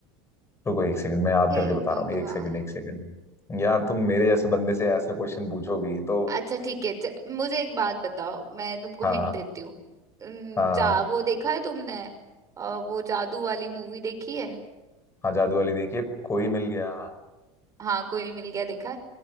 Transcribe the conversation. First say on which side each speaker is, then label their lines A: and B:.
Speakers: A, on the left; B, on the right.
A: रुको एक सेकंड मैं याद
B: हे
A: करके बता
B: भगवान
A: रहा हूँ एक सेकंड एक सेकंड यार तुम मेरे जैसे बंदे से ऐसा क्वेश्चन पूछोगी तो
B: अच्छा ठीक है च- मुझे एक बात बताओ मैं तुमको
A: हाँ
B: हिंट देती हूँ उम,
A: हाँ
B: जा वो देखा है तुमने अ, वो जादू वाली मूवी देखी है
A: हाँ जादू वाली देखिए कोई मिल गया
B: हाँ कोई मिल गया देखा है